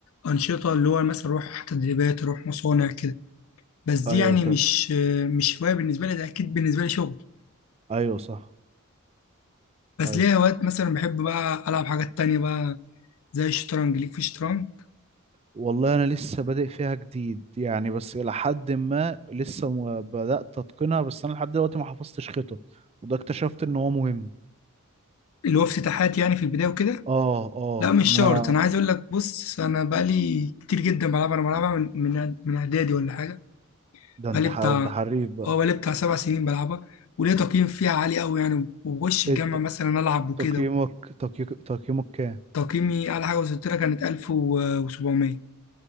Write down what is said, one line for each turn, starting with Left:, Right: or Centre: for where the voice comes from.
Left: انشطه اللي هو مثلا روح تدريبات روح مصانع كده بس دي
Right: ايوه
Left: يعني
Right: طب.
Left: مش مش هواية بالنسبة لي ده أكيد بالنسبة لي شغل
Right: ايوه صح
Left: بس
Right: ايوه
Left: ليا أوقات مثلا بحب بقى ألعب حاجات تانية بقى زي الشطرنج ليك في الشطرنج
Right: والله انا لسه بادئ فيها جديد يعني بس الى حد ما لسه ما بدأت اتقنها بس انا لحد دلوقتي ما حفظتش خطط وده اكتشفت ان هو مهم
Left: اللي هو افتتاحات يعني في البداية وكده
Right: اه اه
Left: لا مش
Right: لا
Left: شرط أنا عايز أقول لك بص أنا بقالي كتير جدا بلعبها أنا بلعبها من من من إعدادي ولا حاجة
Right: ده انت
Left: بقالي
Right: ح...
Left: بتاع
Right: ده انت حريف بقى
Left: أه بقالي بتاع سبع سنين بلعبها وليا تقييم فيها عالي أوي يعني وبخش الجامعة
Right: انت
Left: مثلا ألعب وكده
Right: تقييمك تقييمك تقييمك كام
Left: تقييمي أعلى حاجة وصلت لها كانت 1700